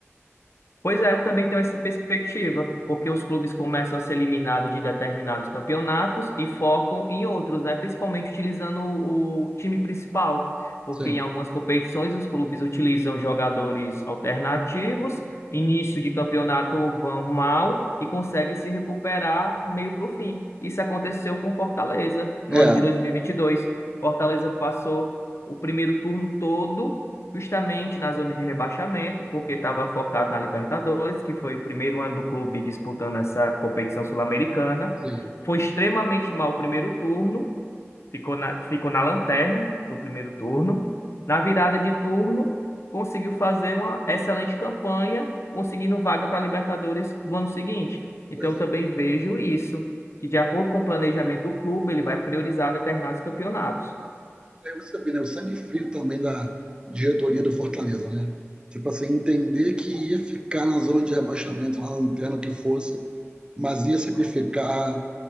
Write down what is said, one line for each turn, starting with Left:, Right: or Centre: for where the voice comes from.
Left: Pois é, eu também tenho essa perspectiva, porque os clubes começam a ser eliminados de determinados campeonatos e focam em outros, né? Principalmente utilizando o, o time principal, porque
Right: Sim.
Left: em algumas competições os clubes utilizam jogadores alternativos, início de campeonato vão mal e conseguem se recuperar meio para o fim. Isso aconteceu com Fortaleza no
Right: É,
Left: ano de 2022. Fortaleza passou o primeiro turno todo justamente na zona de rebaixamento, porque estava focado na Libertadores, que foi o primeiro ano do clube disputando essa competição sul-americana.
Right: sim.
Left: Foi extremamente mal o primeiro turno, ficou na, ficou na lanterna do primeiro turno. Na virada de turno, conseguiu fazer uma excelente campanha, conseguindo vaga para a Libertadores do ano seguinte. Então,
Right: Pois
Left: eu
Right: é.
Left: também vejo isso, que de acordo com o planejamento do clube, ele vai priorizar determinados campeonatos.
Right: Aí você vê, né, o sangue frio também da diretoria do Fortaleza, né? Tipo assim, entender que ia ficar na zona de rebaixamento, lá no lanterna, o que fosse, mas ia sacrificar